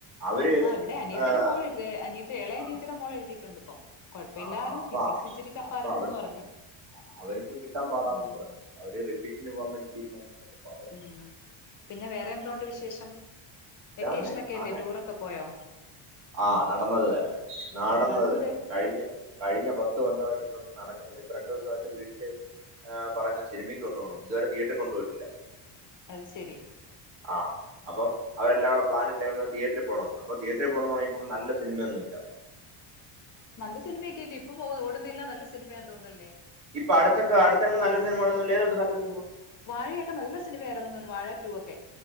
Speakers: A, on the right; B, on the left.
A: അവര്
B: ആ ഇവിടെ അനിയത്തിയുടെ
A: ആഹ്
B: മോള് എഴുതി അനിയത്തി ഇളയെ അനിയത്തിയുടെ
A: ആഹ്
B: മോള് എഴുതിട്ടുണ്ട് ഇപ്പം കൊഴപ്പയില്ലായിരുന്നു
A: ആഹ് ആഹ് അപ്പ
B: ഫിസിക്സ് ഇച്ചിരി ടഫായിരുന്നുന്ന്
A: അപ്പൊ അവർക്ക്
B: പറഞ്ഞ്
A: അവർക്ക് കിട്ടാൻ പാടാന്നൊക്കെ
B: ഉം
A: പറയുന്നു അവര് റിപ്പീറ്റിന് പോവാൻ വേണ്ടി തീരുമാനിച്ചന്ന് ഒക്കെ പറഞ്ഞു
B: ഉം പിന്നെ വേറെ എന്തോണ്ട് വിശേഷം വെക്കേഷനൊക്കെ
A: ഇതന്നെ
B: അല്ലേ
A: ആനെ
B: ടൂറൊക്കെ പോയോ
A: ആഹ് നടന്നത് തന്നെ നടന്നത്
B: അതെന്ത്
A: തന്നെ കഴിഞ്ഞ് - കഴിഞ്ഞ പത്ത് വർഷമായിട്ട് ഇതൊന്നും നടക്കുന്നുണ്ട് ഇപ്പൊ രണ്ടു ദിവസമായിട്ട് വീട്ടില്- ആ പറഞ്ഞ് സിനിമക്ക് കൊണ്ടു പോകണം ഇതുവരെ തിയേറ്ററിൽ കൊണ്ട് പോയിട്ടില്ല
B: അത് ശരി
A: ആ അപ്പം അവരെല്ലാകൂടെ പ്ലാനിട്ട് ഒന്ന് തിയേറ്ററിൽ പോണം അപ്പൊ തിയേറ്ററി- പോണം പറയുമ്പോ ഇപ്പൊ നല്ല സിനമൊന്നും ഇല്ല
B: നല്ല സിനിമയൊക്കല്ലേ ഇപ്പൊ പോക ഓടുന്നെല്ല നല്ല സിനിമയാന്ന് തോന്നുന്നല്ലേ
A: ഇപ്പൊ അടുത്തക്ക അടുത്തങ്ങും നല്ല സിനിമകളന്നുംല്ല ഏതാ കണ്ടെ നല്ല സിനിമ
B: വാഴയൊക്കെ നല്ല സിനിമയായിരുന്നു തോന്നുന്നു വാഴ ടു ഒക്കെ